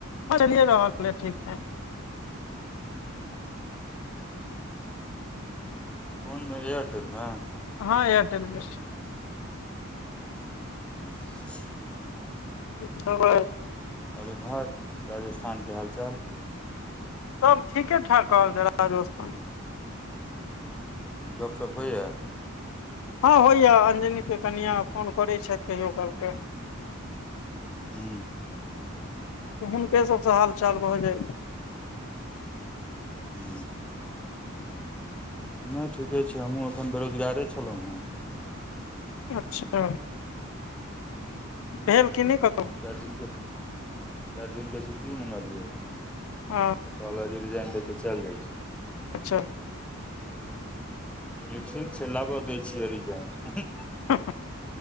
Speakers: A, on the left; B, in the centre.
A: ह चलियए रहलै ठीक ठाक
B: अच्छा कोनमे एयरटेलमे
A: हँ एयरटेल में
B: हँ
A: <unintelligible>
B: आओर एम्हर राजस्थान के हालचाल
A: सब ठीके ठाक कहल जाइत छै राजस्थान
B: गपशप होइए
A: हँ होइया अंजनि के कनियाँ फोन करैत छथि कहियो कालके
B: हू
A: हुनके सबसँ हालचाल भऽ जाइ
B: हू नहि ठीके छै हमहूँ एखन बेरोजगारे छलहुँ हेँ
A: अच्छा भेल
B: तऽ
A: कि नहि कतहु
B: चारि दिनके चारि दिनके छुट्टी मँगेलियै
A: हँ
B: कहले जे रिजाइन देके चलि जाइय
A: अच्छा
B: बोलिए ठीक छै लाबऽ दै छियै रिजाइन
A: हू